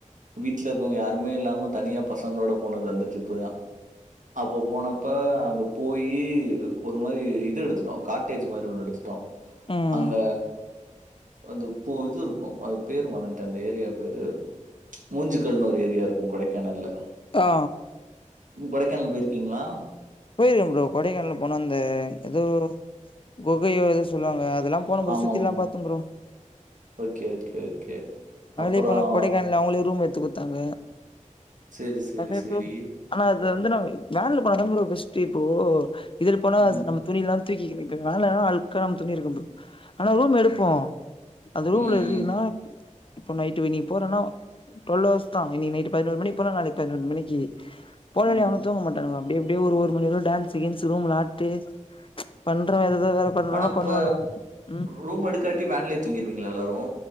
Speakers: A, on the right; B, on the left.
A: வீட்ல இருக்கோங்க யாருமே இல்லாம தனியா பசங்களோட போனது அந்த ட்ரிப்பு தா அப்ப போனப்ப அங்க போயி ஒரு மாரி இது எடுத்துட்டோ காட்டேஜ் மாரி ஒன்னு எடுத்துட்டோ
B: ம்
A: அங்க அந்து பு இது இருக்கு அது பேரு மறன்ட்டே அந்த ஏரியா பேரு மூஞ்சுக்கல்னு ஒரு ஏரியா இருக்கு கொடைக்கானல்ல
B: ஆ ஆ
A: நீங் கொடைக்கானல் போய்ருக்கீங்களா
B: போய்ருக்கே ப்ரோ கொடைக்கானல் போனா அந்த எதோ கொகையோ எதோ சொல்லுவாங்க அதெல்லா போனே ஃப்ரோ
A: ஆமாம்.
B: சுத்திலா பாத்தே ஃப்ரோ
A: ஓகே, ஓகே, ஓகே.
B: அதுலயே
A: அப்புறம்
B: போன கொடைக்கானல்ல அவுங்களே ரூம் எட்த்து குட்த்தாங்க
A: சரி, சரி,
B: அதல்லா எப்பயோ
A: சரி.
B: ஆனா அது வந்து வேன்ல போனாதா ஃப்ரோ பெஸ்ட்டு இப்போ இதுல போனா
A: ம்.
B: நம்ம துணில்லா தூக்கிணு இப்ப மேல அழுக்கா நம்ம துணி இருக்கு ப்ரோ ஆனா ரூம் எடுப்போ அந்த
A: ம்,
B: ரூம்ல எதுக்குன்னா
A: ம்,
B: இப்போ நைட்டுக்கு நீ போறன்னா டொல்லவர்ஸ் தா இன்னக்கி நைட்டு பதினொன் மணிக்கு போனா நாளைக்கு பதினொன் மணிக்கி போனாலு
A: ம்.
B: எவனு தூங்க மாட்டானுக அப்டி அப்டியே ஒரு ஒரு நம்ம எதோ டான்ஸ்ஸு கீன்ஸு ரூம்ல ஆட்டு பண்றவ எதேதோ வேற பண்றவன்லா
A: ஆனா இப்ப
B: பண்ணுவானுவ ம்
A: ரூம் எடுக்காட்டி வேன்லயே தூங்கிருவீங்ளா எல்லாரு